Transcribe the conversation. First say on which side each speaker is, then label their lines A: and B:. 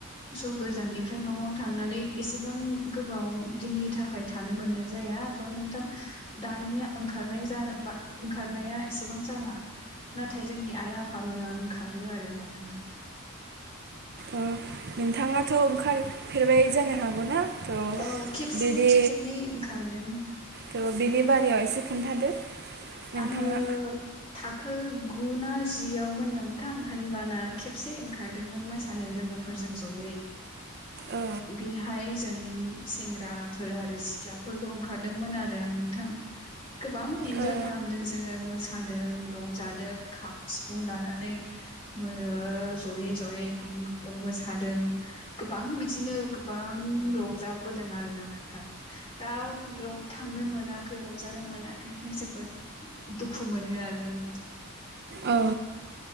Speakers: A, on the left; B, on the right.
A: स' गोजाननिफ्राय न'आव थांनानै एसेबां। गोबाव दिननि थाखाय थानो मोननाय जाया थ' नोंथां दानिया ओंखारनाय जाबा ओंखारनाया एसेबां जाला नाथाय जोंनि आइ आफामोना ओंखारो आरोना नोंथां।
B: औ नोंथाङाथ' ओंखारफेरबाय जानो? हागौना थ'
A: औ खेबसे
B: बिदि
A: खेबनै ओंखारदों
B: थ'बिनि बारि याव एसे खोन्थादो नोंथाङा
A: आङो थाखो गु ना जियावमोन नोंथां होनबाना खेबसे ओंखारदोंमोन मोसानाय लोगोफोरजों जयै
B: औ
A: बेहाय जों सेंग्राफोर आरो सिख्लाफोरल' ओंखारदोंमोन आरो नोंथां गोबां इन्जय
B: औ
A: खालामदों जोङो मोसादों रं जादों खाम सिफुं लानानै ओ जयै जयै गुब मोसादों गोबां बिदिनो गोबां रंजाबोदों आरोन ओंखाय दा थांनो मोनाखै रंजानो मोनाखै जोबोद दुखु मोननो आरो नोंथां
B: औ